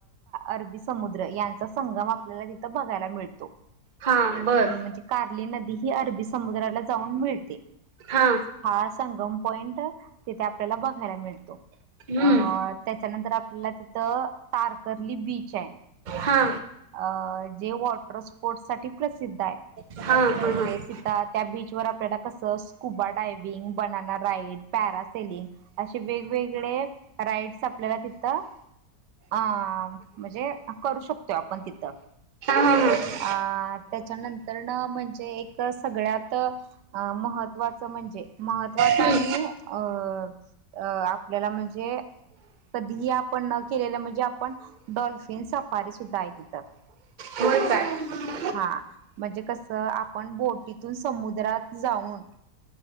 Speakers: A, on the right; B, on the right.
A: अरबी समुद्र यांचा संगम आपल्याला तिथं बघायला मिळतो.
B: हा बर
A: म्हणजे कार्ली नदी ही अरबी समुद्राला जाऊन मिळते.
B: हा
A: हा संगम पॉइंट तिथे आपल्याला बघायला मिळतो.
B: हम्म
A: अ त्याच्यानंतर आपल्याला तिथं तारकर्ली बीच आहे.
B: हा.
A: अ जे वॉटर स्पोर्ट्स साठी प्रसिद्ध आहे.
B: हा हा हा
A: म्हणजे
B: हा
A: तिथं त्या बीचवर आपल्याला. तसंच, scuba diving, banana ride, parasailing असे वेगवेगळे राईडस, आपल्याला तिथं, अ.. म्हणजे करू शकतो. तो पण, तिथं.
B: हां हां.
A: अ.. त्याच्यानंतरन, म्हणजे एक सगळ्यात महत्त्वाचं म्हणजे महत्वाचा,
B: हम्म
A: आणि अ.. अ.. आपल्याला म्हणजे कधीही आपण न केलेलं, म्हणजे आपण डॉल्फिन सफारी, सुद्धा आहे, तिथं.
B: होय काय?
A: हा.. म्हणजे कसं, आपण बोटीतून समुद्रात जाऊन